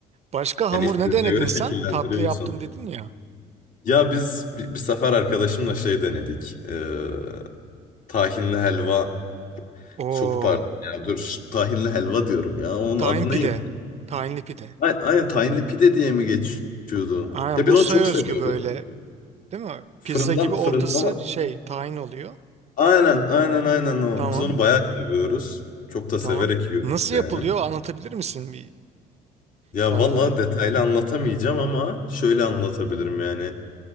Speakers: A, on the right (about 40°); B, on the left (about 50°).
A: Başka hamur
B: Yani istediğine
A: ne denedin
B: göre şekillendiriyorsun.
A: sen? Tatlı yaptım dedin ya.
B: Ya biz bir, bir sefer arkadaşımla şey denedik. Ee, tahinli helva.
A: Oo.
B: Çok pardon ya dur. ş- Tahinli helva diyorum ya. Onun
A: Tahin
B: adı
A: pide.
B: neydi?
A: Tahinli pide.
B: Aynen, aynen tahinli pide diye mi geçiyordu?
A: Aynen
B: Ya
A: Bursa'ya
B: biz onu çok
A: özgü
B: seviyoruz.
A: böyle değil mi?
B: Fırından
A: Pizza gibi
B: fırından.
A: ortası şey tahin oluyor.
B: Aynen aynen aynen o.
A: Tamam.
B: Biz onu bayağı seviyoruz. Çok da severek
A: Tamam.
B: yiyoruz
A: Nasıl
B: yani.
A: yapılıyor anlatabilir misin bir
B: Ya
A: tarifini?
B: vallahi detaylı anlatamayacağım ama şöyle anlatabilirim yani.